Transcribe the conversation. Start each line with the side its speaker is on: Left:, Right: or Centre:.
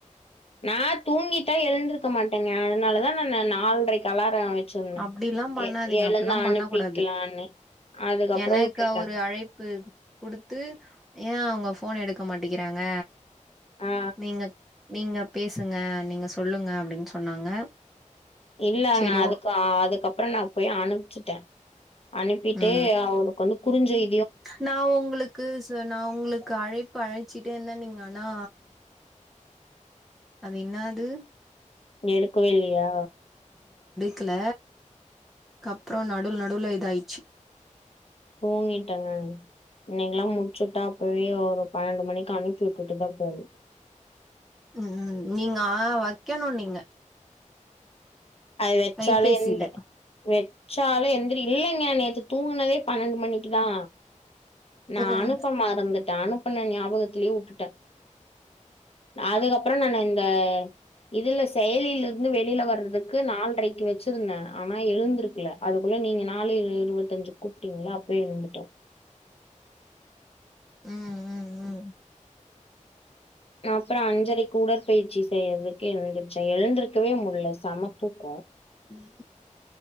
Left: நா தூங்கிட்டா எழுந்திருக்க மாட்டேங்க அதனாலதா நானு நால்ரைக்கு அலார வ ச்சொன்ன
Centre: அப்டில்லா பண்ணாதீங்க
Left: எழுந்து
Centre: அப்டில்லா
Left: அனுப்பிக்கலானு
Centre: பண்ண கூடாது
Left: அதுக்கப்ற
Centre: எனக்கு
Left: வுட்டுட்ட
Centre: ஒரு அழைப்பு குடுத்து ஏ அவுங்க போன எடுக்க மாட்டிகிறாங்க
Left: ஆ
Centre: நீங்கப் நீங்க பேசுங்க நீங்க சொல்லுங்க அப்டின் சொன்னாங்க
Left: இல்லங்க
Centre: செரி
Left: அதுக்கு
Centre: ஓ
Left: அதுக்கப்ற நா போய் அனுப்ச்சுட்ட அன் அனுப்பிட்டு
Centre: ம்
Left: அவளுக்கு வந்து குறுஞ்செய்
Centre: நா உங்ளுக்கு ச நா உங்ளுக்கு அழைப்பு அழைச்சிட்டேந்த நீங்க ஆனா அது என்னாது
Left: எடுக்கவேயில்லியா
Centre: க்ல கப்புற நடுவுல நடுவுல இதாயிச்சு
Left: தூங்கிட்டங்க இன்னைக்லா முட்ச்சுட்டா அப்பவே ஒரு பனண்டு மணிக்கு அனுப்பி வுட்டுட்டுதா போனு
Centre: உம் நீங்க ஆ வக்கணு நீங்க
Left: அது வெச்சாலேந்
Centre: கைபேசில
Left: வெ ச்சாலு எந்திரி இல்லங்க நேத்து தூங்கனதே பனண்டு மணிக்குதா நா
Centre: ம்
Left: அனுப்ப மறந்துட்ட அனுப்புன நியாபகத்லியே வுட்டுட்ட அதுக்கப்ற நானு இந்த இதுல செயலிலரு ந்து வெளில வரதுக்கு நால்ரைக்கு வச்சு வச்சிருந்த ஆனா எழுந்திருக்ல அதுக்குள்ள நீங்க நாலு இருவத்தஞ்சுக் கூப்ட்டீங்கள அப்பியே எழுந்துட்ட
Centre: <inaudible> உம் உம் உம்
Left: அப்ற அஞ்சரைக் குடற்பயிற்சி செய்றதுக்கு எழுந்துருச்ச எழுந்திருக்வே முல்ல செமத்தூக்கோ
Centre: உம்